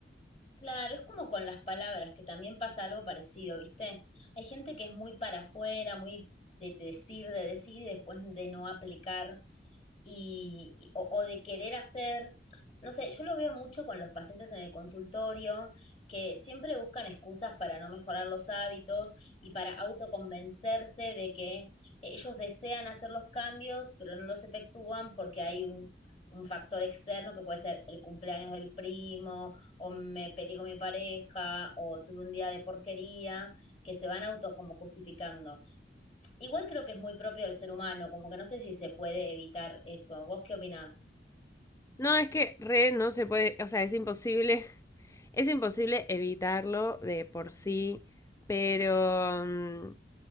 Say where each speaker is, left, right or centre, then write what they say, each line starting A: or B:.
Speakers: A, on the left (about 35°); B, on the left (about 15°).
A: Claro, es como con las palabras, que también pasa algo parecido, ¿viste? Hay gente que es muy para afuera, muy de decir, de decir y después de no aplicar y, y- o, o de querer hacer, no sé, yo lo veo mucho con los pacientes en el consultorio que siempre buscan excusas para no mejorar los hábitos y para autoconvencerse de que eh, ellos desean hacer los cambios, pero no los efectúan porque hay un, un factor externo que puede ser el cumpleaños del primo, o me peleé con mi pareja, o tuve un día de porquería, que se van auto como justificando. Igual creo que es muy propio del ser humano, como que no sé si se puede evitar eso. ¿Vos qué opinás?
B: No, es que re no se puede, o sea, es imposible, <laughs> es imposible evitarlo de por sí, pero, mm,